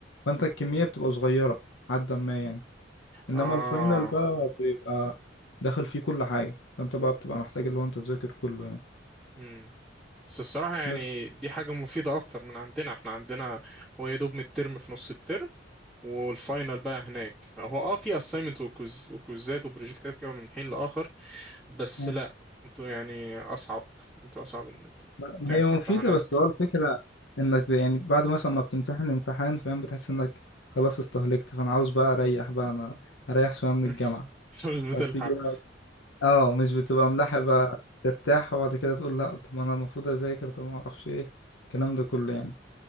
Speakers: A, on the left (about 80°); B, in the centre.
A: فانت الكمية
B: مم.
A: بتبقى صغيرة حد ما يعني انما
B: اه
A: الفاينل بقى بيبقى داخل فيه كل حاجة فانت بقى بتبقى محتاج اللي هو انت تذاكر كله يعني
B: مم. بس الصراحة يعني
A: بس
B: دي حاجة مفيدة أكتر من عندنا احنا عندنا هو يا دوب من الترم في نص الترم والفاينل بقى هناك هو اه في assignment وكوز وكوزات وبروجكتات كده من حين لآخر بس
A: مم.
B: لا انتوا يعني أصعب انتوا أصعب ان انتوا
A: ما
B: ك-
A: هي
B: كامتحانات
A: مفيدة بس هو الفكرة انك يعني بعد مثلا ما بتمتحن امتحان فاهم بتحس انك خلاص استهلكت فانا عاوز بقى اريح بقى انا اريح شوية من
B: <laughs>
A: الجامعة
B: مش بتلحق
A: فتيجي بقى اه مش بتبقى ملاحق بقى ترتاح وبعد كده تقول لا طب انا المفروض اذاكر طب ما اعرفش ايه الكلام ده كله يعني